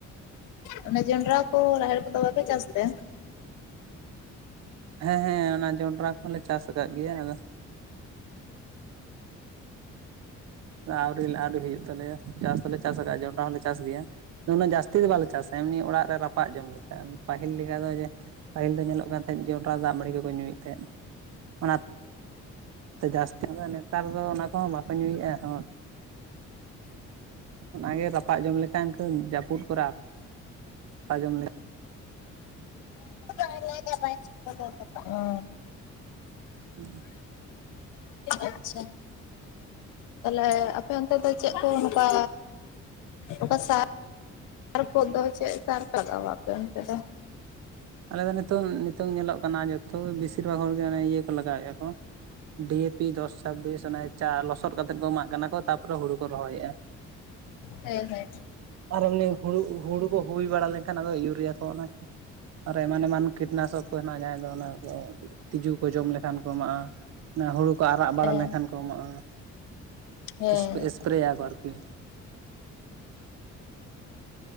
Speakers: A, on the left (about 85°); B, on the right (about 60°).
A: ᱚᱱᱮ ᱡᱚᱱᱰᱨᱟ ᱠᱚ ᱨᱟᱦᱮᱲ ᱠᱚᱫᱚ ᱵᱟᱯᱮ ᱪᱟᱥ ᱛᱮ?
B: ᱦᱮᱸᱻᱦᱮᱸ ᱚᱱᱟ ᱡᱚᱱᱰᱨᱟ ᱠᱚᱦᱚᱸᱞᱮ ᱪᱟᱥ ᱟᱠᱟᱫ ᱜᱮᱭᱟ ᱟᱫᱚ ᱟ. ᱣᱨᱤ-ᱟᱹᱣᱨᱤ ᱦᱩᱭᱩᱜ ᱛᱟᱞᱮᱭᱟ ᱪᱟᱥ ᱫᱚᱞᱮ ᱪᱟᱥ ᱟᱠᱟᱟᱜᱼᱟ ᱡᱚᱱᱰᱨᱟ ᱦᱚᱸᱞᱮ ᱪᱟᱥ ᱜᱮᱭᱟ ᱾ ᱩᱱᱟᱜ ᱡᱟᱹᱥᱛᱤ ᱫᱚ ᱵᱟᱞᱮ ᱪᱟᱥᱟ ᱮᱢᱱᱤ ᱚᱲᱟᱜ ᱨᱮ ᱨᱟᱯᱟᱜ ᱡᱚᱢ ᱞᱮᱠᱟ ᱯᱟᱹᱤᱞ ᱞᱮᱠᱟ ᱫᱚ ᱡᱮ ᱯᱟᱹᱦᱤᱞ ᱫᱚ ᱧᱮᱞᱚᱜ ᱠᱟᱱ ᱦᱮᱸᱡ ᱡᱚᱱᱰᱨᱟ ᱫᱟᱜ ᱢᱟᱹᱲᱤ ᱠᱚᱠᱚ ᱧᱩᱭᱮᱫ ᱛᱟᱦᱮᱸᱜ ᱚᱱᱟᱛᱮ ᱡᱟᱹᱥᱛᱤ ᱫᱚ ᱱᱮᱛᱟᱨ ᱫᱚ ᱚᱱᱟ ᱠᱚᱦᱚᱸ ᱵᱟᱠᱚ ᱧᱩᱭᱮᱫᱼᱟ ᱾ ᱚᱱᱟᱜᱮ ᱨᱟᱯᱟᱜ ᱡᱚᱢ ᱞᱮᱠᱷᱟᱱ ᱡᱟᱹᱯᱩᱫ ᱠᱚᱨᱮ ᱟᱯ ᱨᱟᱯᱟᱜ ᱡᱚᱢ ᱞᱮᱠᱟ
A: ᱞᱟᱭ
B: ᱦᱮᱸ
A: ᱟᱪᱷᱟ ᱛᱟᱦᱞᱮ ᱟᱯᱮ ᱚᱱᱛᱮ ᱫᱚ ᱪᱮᱫ ᱠᱚ ᱱᱚᱝᱠᱟ ᱚᱠᱟ ᱥᱟ ᱟᱨ ᱠᱷᱚᱛ ᱫᱚ ᱪᱮᱫ ᱥᱟᱨ ᱞᱟᱜᱟᱣᱟᱯᱮ ᱚᱱᱛᱮ ᱫᱚ
B: ᱟᱞᱮ ᱫᱚ ᱱᱤᱛᱚᱝ-ᱱᱤᱛᱚᱝ ᱧᱮᱞᱚᱜ ᱠᱟᱱᱟ ᱡᱚᱛᱚ ᱵᱮᱥᱤᱨ ᱵᱷᱟᱜᱽ ᱦᱚᱲᱜ ᱤᱭᱟᱹ ᱠᱚ ᱞᱟᱜᱟᱣᱮᱜᱼᱟ ᱠᱚ ᱾ ᱰᱤ ᱮ ᱯᱤ ᱫᱚᱥ ᱪᱷᱟᱵᱵᱤᱥ ᱚᱱᱮ ᱪᱟ ᱞᱚᱥᱚᱫ ᱠᱟᱛᱮᱫ ᱠᱚ ᱮᱢᱟᱜ ᱠᱟᱱᱟ ᱠᱚ ᱛᱟᱯᱚᱨᱮ ᱦᱳᱲᱳ ᱠᱚ ᱨᱚᱦᱚᱭᱮᱜ-ᱟ ᱾ ᱵᱟᱝ ᱟᱸᱡᱚᱢᱚᱜ ᱠᱟᱱᱟ ᱾
A: ᱦᱚᱭ-ᱦᱚᱭ
B: ᱟᱨ ᱮᱢᱱᱤ ᱦᱳᱲᱳ-ᱦᱳᱲᱳ ᱠᱚ ᱦᱩᱭ ᱵᱟᱲᱟ ᱞᱮᱱᱠᱷᱟᱱ ᱟᱫᱚ ᱤᱭᱩᱨᱤᱭᱟ ᱠᱚ ᱚᱱᱟ ᱾ ᱟᱨᱚ ᱮᱢᱟᱱ ᱮᱢᱟᱱ ᱠᱤᱴᱱᱟᱥᱚᱠ ᱠᱚ ᱦᱮᱱᱟᱜᱼᱟ ᱡᱟᱦᱟᱸᱟᱭ ᱫᱚ ᱚᱱᱟ ᱠᱚ ᱛᱤᱡᱩ ᱠᱚ ᱡᱚᱢ ᱞᱮᱠ ᱠᱷᱟᱱ ᱠᱚ ᱮᱢᱟᱜᱼᱟ ᱦᱳᱲᱳ ᱠᱚ ᱟᱨᱟᱜ ᱵᱟᱲᱟ
A: ᱦᱮᱸ
B: ᱞᱮᱱᱠᱷᱟᱱ ᱠᱚ ᱮᱢᱟᱜᱼᱟ ᱾
A: ᱦᱮᱸ
B: ᱮᱯᱨᱮᱭᱟ ᱠᱚ ᱟᱨᱠᱤ